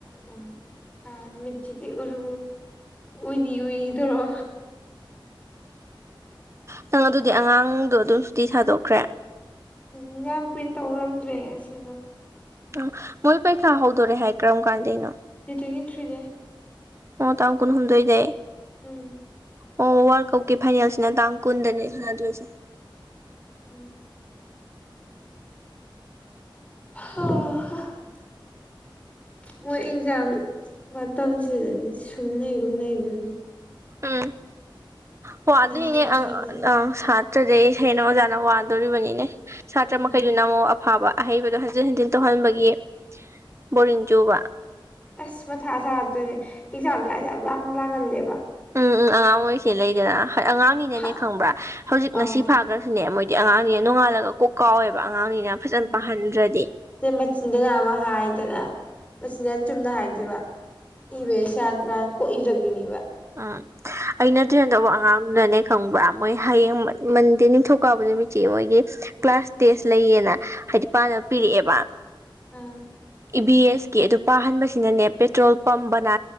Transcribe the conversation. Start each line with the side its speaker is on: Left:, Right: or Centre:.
Left: ꯎ ꯃꯤꯔꯆꯤꯗꯤ ꯎꯔ ꯎꯔꯤ ꯎꯏ ꯊꯔꯣ
Right: ꯅꯪ ꯑꯗꯨꯗꯤ ꯑꯉꯥꯡꯗꯣ ꯑꯗꯨꯝ ꯁꯨꯇꯤ ꯁꯥꯗꯣꯛꯈ꯭ꯔꯦ
Left: ꯎ ꯉꯥꯡ ꯀꯨꯏꯅ ꯇꯧꯔꯝꯗ꯭ꯔꯦ ꯑꯁꯤꯗꯣ
Right: ꯑ ꯃꯣꯏ ꯄꯩꯈꯥ ꯍꯧꯗꯣꯔꯦ ꯍꯥꯏ ꯀꯔꯝ ꯀꯥꯟꯗꯩꯅꯣ
Left: ꯇ ꯇ꯭ꯋꯦꯟꯇꯤ ꯊ꯭ꯔꯤꯅꯦ
Right: ꯑꯣ ꯇ ꯀꯨ ꯍꯨꯝꯗꯣꯏꯗꯦ
Left: ꯎꯝ
Right: ꯑꯣ ꯋꯥꯔꯜꯗ ꯀꯞꯀꯤ ꯐꯥꯏꯅꯦꯜꯁꯤꯅ ꯇꯥꯡ ꯀꯨꯟꯗꯅꯦ ꯁꯥꯟꯅꯗꯣꯏꯁꯦ
Left: ꯎꯝ ꯑ ꯃꯣꯏ ꯑꯦꯛꯖꯥꯝ ꯃꯇꯝꯁꯤꯗꯗꯤ ꯁꯨꯝꯅꯩꯒꯨꯝꯅꯩ ꯑꯗꯨ
Right: ꯎꯝ ꯍꯣ ꯑꯗꯨꯒꯤꯅꯦ
Left: ꯁꯥꯇ꯭ꯔꯗꯩ
Right: ꯑ ꯑꯪ ꯁꯥꯠ ꯁꯥ꯭ꯔꯗꯩ ꯁꯦꯡꯩꯅ ꯑꯣꯖꯥꯅ ꯋꯥꯗꯣꯔꯤꯕꯅꯤꯅꯦ ꯁꯥꯇ꯭ꯔ
Left: ꯎꯝ
Right: ꯃꯈꯩꯗꯨꯅ ꯑꯃꯨꯛ ꯑꯐꯕ ꯑꯍꯩꯕꯗꯣ ꯍꯟꯖꯤꯟ ꯍꯟꯖꯤꯟ ꯇꯧꯍꯟꯕꯒꯤ ꯕꯣꯔꯤꯡ ꯆꯨꯕ
Left: ꯑꯁ ꯃꯊꯥ ꯁꯥꯠꯇꯣꯏꯅꯦ ꯑꯦꯛꯖꯥꯝ ꯃꯁꯦ ꯌꯥꯝ ꯌꯥꯝ ꯂꯥꯡꯍꯜꯂꯦꯕ
Right: ꯎꯝ ꯎꯝ ꯑꯉꯥꯡ ꯑꯣꯏꯔꯤꯁꯦ ꯂꯩꯗꯅ ꯑꯉꯥꯡꯅꯤꯅꯅꯦ
Left: ꯍꯥ
Right: ꯈꯪꯕ꯭ꯔꯥ ꯍꯧꯖꯤꯛ
Left: ꯑꯪ
Right: ꯉꯁꯤ ꯐꯥꯈ꯭ꯔꯁꯨꯅꯦ ꯃꯣꯏ ꯗꯤ ꯑꯉꯥꯡꯁꯦ ꯅꯣꯡꯉꯥꯜꯂꯒ ꯀꯣꯛ ꯀꯥꯎꯋꯦꯕ ꯑꯉꯥꯡꯅꯤꯅ ꯐꯖꯅ
Left: ꯎ
Right: ꯄꯥꯍꯟꯗ꯭ꯔꯗꯤ
Left: ꯁꯤꯦ ꯃꯆꯤꯟꯗꯅ ꯑꯃ ꯍꯥꯏꯗꯅ ꯃꯁꯤ ꯅꯅ ꯆꯨꯝꯅ ꯍꯥꯏꯅꯗꯦꯕ ꯏꯕ ꯁꯌꯥ ꯇꯔꯥꯅ ꯀꯣꯛ ꯏꯔꯛꯇꯣꯏꯅꯦꯕ
Right: ꯎꯝ ꯑꯩꯅ ꯇ꯭ꯔꯦꯟ ꯇꯧꯕ ꯑꯉꯥꯡꯗꯨꯅꯅꯦ ꯈꯪꯕ꯭ꯔꯥ ꯃꯣꯏ ꯍꯌꯦꯡ ꯃꯟꯗꯤ ꯅꯤꯡꯊ ꯀꯥꯎꯕ ꯅꯨꯃꯤꯠꯁꯤ ꯃꯣꯏꯒꯤ ꯀ꯭ꯂꯥꯁ ꯇꯦꯁ
Left: ꯎꯝ
Right: ꯂꯩꯌꯦꯅ ꯍꯥꯏꯗꯤ ꯄꯥꯅꯕ ꯄꯤꯔꯛꯑꯦꯕ
Left: ꯑꯥ
Right: ꯏ ꯚꯤ ꯑꯦꯁ ꯀꯤ ꯑꯗꯨ ꯄꯥꯍꯟꯕꯁꯤꯅꯅꯦ ꯄꯦꯇ꯭ꯔꯣꯜ ꯄꯝ ꯕꯅ